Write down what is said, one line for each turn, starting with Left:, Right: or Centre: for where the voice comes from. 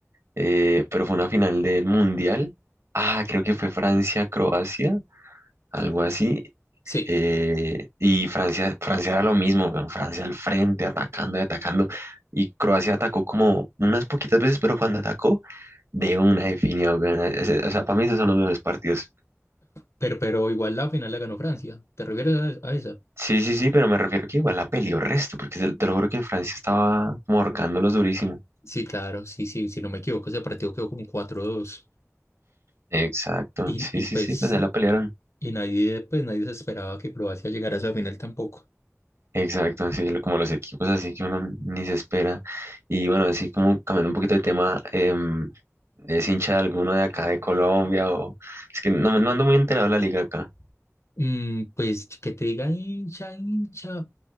Right: Eh, pero fue una final del Mundial. Ah, creo que fue Francia-Croacia. algo así.
Left: sí,
Right: eh, y Francia, Francia era lo mismo, weón, Francia al frente, atacando y atacando. Y Croacia atacó como unas poquitas veces, pero cuando atacó, de una definida. weón, ese- O sea, para mí esos son los mejores partidos.
Left: pero, pero igual la final la ganó Francia. ¿Te refieres a a esa?
Right: Sí, sí, sí, pero me refiero que igual la peleó resto, porque se- te lo juro que Francia estaba como ahorcándolos durísimo.
Left: Sí, claro, sí, sí, si no me equivoco, ese partido quedó como cuatro dos
Right: Exacto,
Left: Y,
Right: sí,
Left: y
Right: sí,
Left: pues,
Right: sí, pues ahí la pelearon.
Left: y nadie, pues nadie se esperaba que Croacia llegara a esa final tampoco.
Right: Exacto, sí, lo- como los equipos así que uno ni se espera. Y bueno, así como cambiando un poquito de tema, em, ¿es hincha de alguno de acá de Colombia? O es que no, no ando muy enterado de la liga acá.
Left: Mm, pues que te diga hincha, hincha,